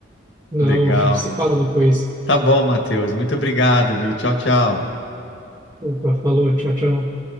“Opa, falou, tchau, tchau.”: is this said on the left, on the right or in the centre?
Right